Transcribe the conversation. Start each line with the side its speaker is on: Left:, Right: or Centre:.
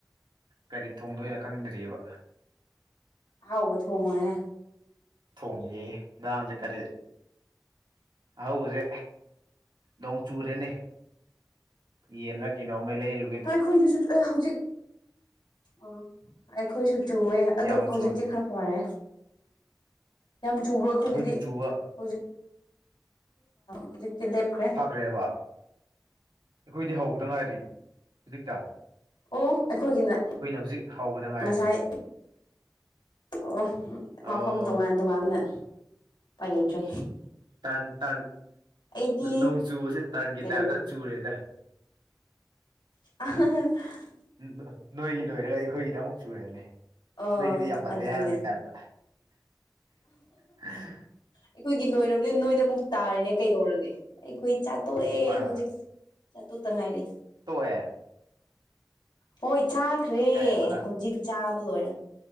Right: ꯀꯔꯤ ꯊꯣꯡꯗꯣꯔ
Left: ꯑꯣ
Right: ꯈꯪꯗ꯭ꯔꯤꯑꯕ
Left: ꯑꯍꯥꯎꯕ ꯊꯣꯡꯉꯣꯍꯦ
Right: ꯊꯣꯡꯉꯤꯌꯦ ꯑꯟꯁꯥꯡꯁꯦ ꯀꯔꯤ ꯑꯍꯧꯕꯁꯦ ꯅꯣꯡ ꯆꯨꯔꯦꯅꯦ ꯌꯦꯟꯅ ꯀꯩꯅꯣꯝꯃ ꯂꯩꯔꯨ
Left: ꯍꯣꯏ ꯑꯩꯈꯣꯏꯗꯨꯁꯨ ꯑ ꯍꯧꯖꯤꯛ ꯑꯣ ꯑꯩꯈꯣꯏꯁꯨ ꯆꯨꯋꯦ ꯑꯗꯣ
Right: ꯌꯥꯝꯅ
Left: ꯍꯧꯖꯤꯛꯇꯤ
Right: ꯆꯨꯔꯦ
Left: ꯈꯔ ꯐꯔꯦ ꯌꯥꯝ ꯆꯨꯕ꯭ꯔꯣ ꯑꯩꯈꯣꯏꯗꯗꯤ
Right: ꯑꯩꯈꯣꯏꯗꯤ ꯆꯨꯕ
Left: ꯍꯧꯖꯤꯛ ꯍꯧꯖꯤꯛꯇꯤ ꯂꯦꯞꯈ꯭ꯔꯦ
Right: ꯀ꯭ꯔꯦꯕ ꯑꯩꯈꯣꯏꯗꯤ ꯍꯧꯕꯇꯥ ꯉꯥꯏꯔꯤ ꯍꯨꯖꯤꯛꯇꯥ
Left: ꯑꯣ ꯑꯩꯈꯣꯏꯒꯤꯅ
Right: ꯍꯧꯖꯤꯛ ꯍꯧꯕꯗ ꯉꯥꯏꯔꯤ
Left: ꯉꯁꯥꯏ ꯑꯣ
Right: ꯑꯣ
Left: ꯃꯐꯝ ꯇꯣꯉꯥꯟ ꯇꯣꯉꯥꯟꯕꯅ ꯎꯄꯥꯏ ꯂꯩꯇ꯭ꯔꯦ
Right: ꯇꯟ ꯇꯟ
Left: ꯑꯩꯗꯤ
Right: ꯅꯣꯡ ꯆꯨꯕꯁꯦ ꯇꯟꯒꯤ
Left: ꯀꯔꯤꯕꯣ
Right: ꯇꯥꯏꯞꯇꯥ ꯆꯨꯔꯦꯗ
Left: <unintelligible>
Right: ꯅꯣ ꯅꯣꯏꯒꯤ ꯂꯣꯏꯔꯒ ꯑꯩꯈꯣꯏꯒꯤꯗ ꯑꯃꯨꯛ ꯆꯨꯔꯦꯅꯦ
Left: ꯑ
Right: ꯅꯣꯏꯒꯤꯗꯤ ꯌꯥꯝꯃꯜꯂꯦ
Left: ꯑꯗꯨꯅꯦ
Right: ꯍꯥꯏꯕꯒꯤ ꯇꯥꯏꯞꯇꯥ ꯍꯥ
Left: ꯑꯩꯈꯣꯏꯒꯤ ꯂꯣꯏꯔꯕꯅꯤꯅ ꯅꯣꯏꯗꯥ ꯑꯃꯨꯛ ꯇꯥꯔꯦꯅꯦ ꯀꯩꯗꯧꯔꯒꯦ ꯑꯩꯈꯣꯏ ꯆꯥꯇꯣꯛꯑꯦ
Right: ꯍꯣꯏ
Left: ꯍꯧꯖꯤꯛ ꯆꯥꯇꯣꯛꯇꯥ ꯉꯥꯏꯔꯤ
Right: ꯇꯣꯛ ꯑꯦ
Left: ꯍꯣꯏ ꯆꯥꯈ꯭ꯔꯦ
Right: ꯀꯔꯤ ꯍꯣꯠꯅ
Left: ꯍꯧꯖꯤꯛ ꯆꯥꯕ ꯂꯣꯏꯔ